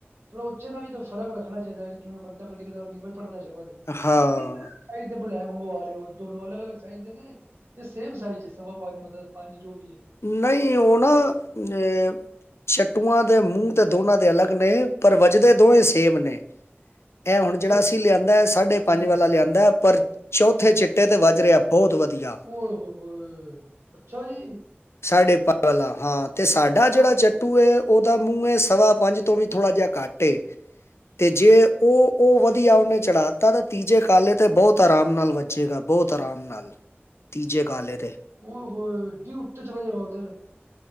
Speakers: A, on the right; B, on the left.
A: ਥੋੜਾ ਉੱਚੇ ਨਾ ਵੀ ਫਰਕ ਰੱਖਣਾ ਚਾਈਦਾ ਐ ਜਿਵੇਂ ਬੰਦਾ ਕਦੀ ਕਦਾਰ ਨੀਂਵਾਂ ਈ ਪੜਦਾ ਸ਼ਬਦ। ਤੇ
B: ਹਾਂ।
A: ਤੁਸੀਂ ਸਾਈਜ਼ ਦੇ ਭਰਾ ਮੰਗਵਾ ਰੇ ਓ ਦੋਨੋ ਅਲੱਗ -ਅਲੱਗ ਸਾਈਜ਼ ਦੇ ਨੀ ਏ, ਏ ਸੇਮ ਸਾਈਜ ਏ ਸਵਾ ਪੰਜ ਮਤਲਬ। ਪੰਜ ਜੋ ਵੀ ਏ।
B: ਨਈ ਓ ਨਾ ਅ ਸ਼ੱਟੂਆਂ ਦੇ ਮੂੰਹ ਤੇ ਦੋਨਾਂ ਦੇ ਅਲੱਗ ਨੇ ਪਰ ਵੱਜਦੇ ਦੋਵੇਂ ਸੇਮ ਨੇ। ਐ ਹੁਣ ਜਿੜਾ
A: ਫਿਰ
B: ਅਸੀਂ ਲਿਆਂਦਾ ਐ ਸਾਢੇ
A: ਠੀਕ
B: ਪੰਜ ਵਾਲਾ
A: ਹੈ।
B: ਲਿਆਂਦਾ ਐ ਪਰ ਚੌਥੇ ਚਿੱਟੇ 'ਤੇ ਵੱਜ ਰਿਆ ਬੌਤ ਵਧੀਆ।
A: ਓ ਹੋ ਹੋਏ ਅੱਛਾ ਜੀ‌।
B: ਸਾਡੇ ਪੰਜ ਵਾਲਾ ਹਾਂ ਤੇ ਸਾਡਾ ਜੇੜਾ
A: ਸ-
B: ਸ਼ੱਟੂ ਏ ਓਦਾ ਮੂੰਹ ਏ ਸਵਾ ਪੰਜ ਤੋਂ ਵੀ ਥੋੜਾ ਜਿਆ ਘੱਟ ਏ।
A: ਹ। <inaudible>
B: ਤੇ ਜੇ ਓ ਓ ਵਧੀਆ ਓਨੇ ਚੜ੍ਹਾ ਤਾ ਤੇ ਤੀਜੇ ਕਾਲੇ ਤੇ ਬੌਤ ਆਰਾਮ ਨਾਲ ਵੱਜੇਗਾ ਬੌਤ ਆਰਾਮ ਨਾਲ। ਤੀਜੇ ਕਾਲੇ ਤੇ।
A: ਓਏ ਹੋਏ ਏਡੀ ਉੱਤੇ ਚਲਾ ਜਏਗਾ ਓ ਤੇ।